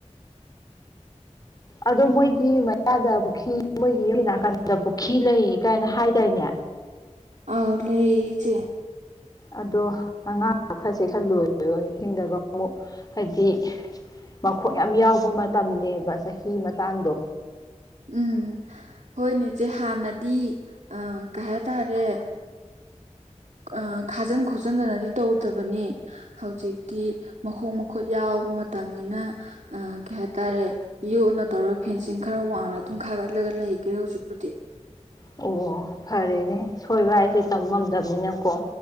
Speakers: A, on the left; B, on the right.
A: ꯑꯗꯣ ꯃꯣꯏꯒꯤ ꯃꯌꯥꯗ ꯄꯨꯈꯔꯤ ꯃꯣꯏꯒꯤ ꯅꯥꯀꯟꯗ ꯄꯨꯈ꯭ꯔꯤ ꯂꯩ ꯀꯥꯏꯅ ꯍꯥꯏ ꯗꯥꯏꯅꯦ
B: ꯑꯥ ꯂꯩ ꯏꯆꯦ
A: ꯑꯗꯣ ꯑꯉꯥꯡ ꯈꯔꯁꯦ ꯈꯔ ꯂꯣꯏꯔꯣꯏ ꯏꯁꯤꯡꯗꯒ ꯑꯃꯨꯛ ꯍꯥꯏꯗꯤ ꯃꯈꯣꯡ ꯌꯥꯝ ꯌꯥꯎꯕ ꯃꯇꯝꯅꯦꯕ ꯆꯍꯤ ꯃꯇꯥꯡꯗꯣ
B: ꯎꯝ ꯍꯣꯏꯅꯧ ꯏꯆꯦ ꯍꯥꯟꯅꯗꯤ ꯑ ꯀꯩ ꯍꯥꯏꯇꯥꯔꯦ ꯑ ꯈꯥꯖꯤꯟ ꯈꯣꯠꯆꯟꯗꯅꯗꯤ ꯇꯧꯗꯕꯅꯤ ꯍꯧꯖꯤꯛꯇꯤ ꯃꯈꯣꯡ ꯃꯈꯨꯠ ꯌꯥꯎꯕ ꯃꯇꯝꯅꯤꯅ ꯑ ꯀꯩ ꯍꯥꯏꯇꯥꯔꯦ ꯌꯣꯠꯅ ꯇꯧꯔꯒ ꯐꯦꯟꯁꯤꯡ ꯈꯔ ꯋꯥꯡꯅ ꯑꯗꯨꯝ ꯈꯥꯒꯠꯂꯒ ꯂꯩꯈ꯭ꯔꯦ ꯍꯧꯖꯤꯛꯄꯨꯗꯤ
A: ꯑꯣ ꯐꯔꯦꯅꯦ ꯁꯣꯏꯕ ꯍꯥꯏꯁꯦ ꯇꯝ ꯉꯝꯗꯕꯅꯤꯅꯀꯣ